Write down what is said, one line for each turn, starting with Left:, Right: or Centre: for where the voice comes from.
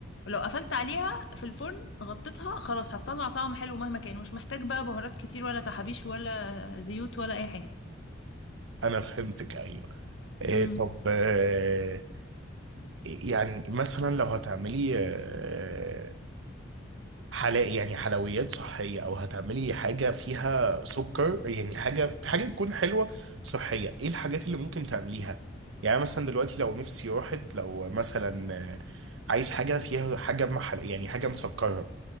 Left: لو قفلت عليها في الفرن غطيتها خلاص هتطلع طعم حلو مهما كان مش محتاج بقى بهارات كتير ولا تحابيش ولا زيوت ولا اي حاجة
Right: انا فهمتك ايوه إيه
Left: امم
Right: طب آه، يعني مثلا لو هتعملي آه، حلا يعني حلويات صحية أو هتعملي حاجة فيها سكر يعني حاجة حاجة تكون حلوة صحية إيه الحاجات اللي ممكن تعمليها؟ يعني مثلا دلوقتي لو نفسي راحت لو مثلا آه، عايز حاجة فيها حاجة محل يعني حاجة مسكرة